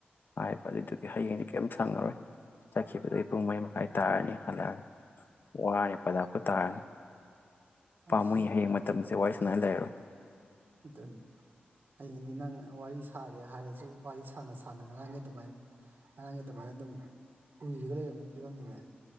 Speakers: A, on the left (about 55°); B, on the right (about 60°).
A: ꯍꯥꯏꯕ ꯑꯗꯨꯏꯗꯨꯒꯤ ꯍꯌꯦꯡꯗꯤ ꯀꯩꯝꯇ ꯁꯪꯉꯔꯣꯏ ꯆꯥꯈꯤꯕ ꯑꯗꯨꯩ ꯄꯨꯡ ꯃꯔꯤ ꯃꯈꯥꯏ ꯇꯥꯔꯅꯤ ꯍꯜꯂꯛꯅꯤ ꯋꯥꯔꯅꯤ ꯄꯗꯥꯛꯄꯨ ꯇꯥꯔꯅꯤ
B: ꯑꯁ
A: ꯄꯥꯝꯃꯨꯏ ꯍꯌꯦꯡ ꯃꯇꯝꯁꯦ ꯋꯥꯔꯤ ꯁꯅ ꯂꯩꯔꯔꯣꯏ
B: ꯑꯗꯨꯅꯤ ꯍꯌꯦꯡꯗꯤ ꯅꯪ ꯋꯥꯔꯤ ꯁꯥꯒꯦ ꯍꯥꯏꯔꯁꯨ ꯋꯥꯔꯤ ꯁꯥꯥꯟꯅ ꯁꯥꯥꯟꯅ ꯉꯔꯥꯡꯒꯤ ꯑꯗꯨꯃꯥꯏꯅ ꯉꯔꯥꯡꯒꯤ ꯑꯗꯨꯃꯥꯏꯅ ꯑꯗꯨꯝ ꯎꯏꯔꯒ ꯂꯩꯔꯝꯃꯤ ꯐꯤꯕꯝꯅꯤꯅꯦ